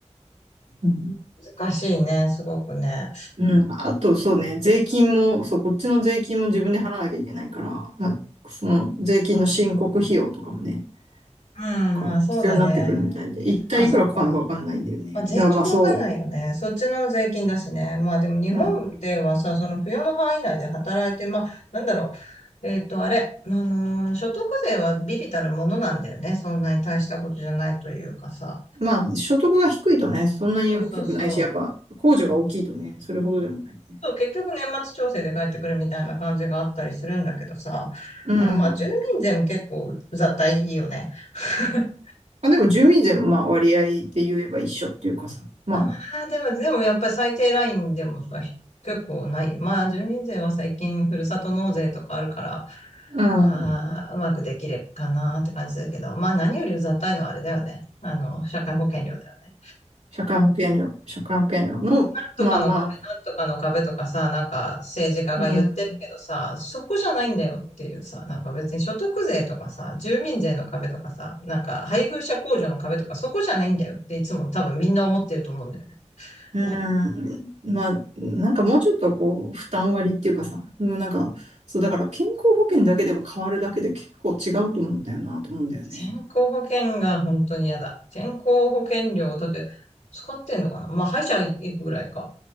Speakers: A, on the right (about 75°); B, on the left (about 80°).
A: うん。
B: 難しいね、すごくね。
A: うん。あとそうね、税金も、そう、こっちの税金も自分で払わなきゃいけないから、まあその税金の申告費用とかもね、
B: うん、
A: なんか必要になってくるみたいで、
B: まあそうだね。
A: 一体いくらかかるのかわかんないんだよね。
B: あ、そっか。まあ税金わかんないよね。
A: だからまあそ
B: そっちの税金だしね。まあでも日本ではさ、
A: う。
B: その扶養の範囲内で働いて、まあなんだろう。えっと、あれ、あのー所得税は微々たるものなんだよね。そんなに大したことじゃないというかさ。
A: まあ、所得が低いとね、そんなに大きくないし、
B: そうそうそ
A: やっぱ、控除が大きいとね、
B: う。
A: それほどでもないね。
B: そう、結局年末調整で帰ってくるみたいな感じがあったりするんだけどさ、
A: うん。
B: なんかまあ住民税も結構うざったいよね。<laughs>
A: まあ、でも、住民税もまあ、割合で言えば一緒っていうかさ、ま
B: ああ、でも、でもやっぱり最低ラインでもさ、結構ない。まあ住民税は最近ふるさと納税とかあるから、
A: あ、
B: まあうまくできるかなって感じするけど、
A: うん。
B: まあ何よりうざったいのはあれだよね。あの、社会保険料だよね。
A: 社会保険料、社会保険料の、
B: なんとかの壁、
A: まあまあ、
B: なんとかの壁とかさ、なんか政治家が言ってるけどさ、
A: うん。
B: そこじゃないんだよっていうさ、なんか別に所得税とかさ、住民税の壁とかさ、なんか配偶者控除の壁とかそこじゃないんだよっていつも多分みんな思ってると思うんだよね。
A: うん。
B: 思う
A: まあ、なんかもうちょっとこう、負担割っていうかさ、もうなんか、そう、だから健康保険だけでも変わるだけで結構違うと思うんだよな、と思うんだよね。
B: 健康保険が本当に嫌だ。健康保険料、だって使ってんのかなまあ歯医者行くぐらいか。